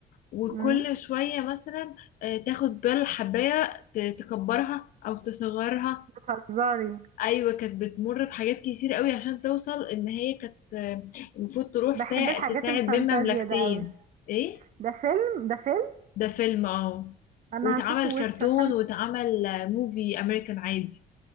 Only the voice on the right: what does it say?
مم،
بتهزري
بحب
الحاجات
الفانتازيا
ده قوي
ده فيلم ده فيلم
أنا
هشوفه وش
عشان